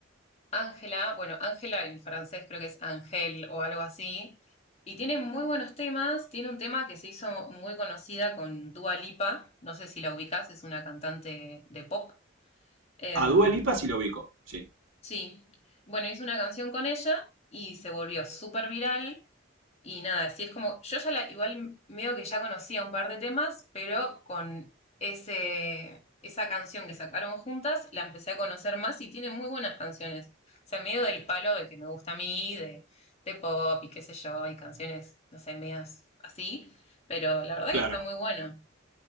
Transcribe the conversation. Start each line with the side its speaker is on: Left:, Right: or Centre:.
Left: Ángela, bueno, Ángela en francés creo que es Ángel o algo así, y tiene muy buenos temas, tiene un tema que se hizo muy conocida con Dua Lipa, no sé si la ubicás, es una cantante de pop. Em,
Right: A Dua Lipa sí lo ubico, sí,
Left: sí, bueno, hizo una canción con ella y se volvió súper viral y nada, sí es como, yo ya la, igual veo que ya conocía un par de temas, pero con ese, esa canción que sacaron juntas, la empecé a conocer más y tiene muy buenas canciones. O sea, medio del palo del que me gusta a mí, de, de pop y qué sé yo, y canciones, no sé, medias así, pero la verdad
Right: claro.
Left: que está muy bueno.